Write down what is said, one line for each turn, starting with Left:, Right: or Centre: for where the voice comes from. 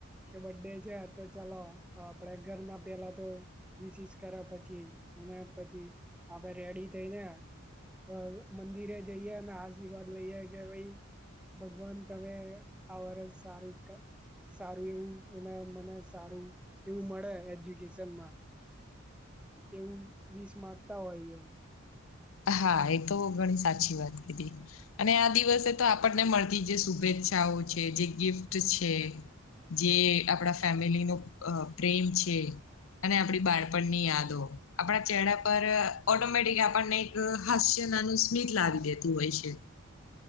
Centre: કે બર્ ડે છે તો ચાલો આપડે ઘર ના પેલા તો <unintelligible> કર્યા પછી અને પછી આપે રેડી થઈ ને અ મંદિરે જઈએ અને આશીર્વાદ લઈએે કે ભાઈ ભગવાન તમે આ વર્ષ સારું કા સારું એવું અને મને સારું એવું મળે એજ્યુકે સનમા એવું વીસ માંગતા હોયે
Left: હા એ તો ઘણી સાચી વાત કીધી અને આ દિવસે તો આપણને મળતી જે શુભેચ્છાઓ છે, જે ગિફ્ટ છે. જે આપણા ફેમિલી નો અ પ્રેમ છે. અને આપડી બાળપણની યાદો આપણા ચેડા પર ઓટોમેટિક આપણને અ હાસ્ય નાનું સ્મિત લાવી દેતું હોય છે.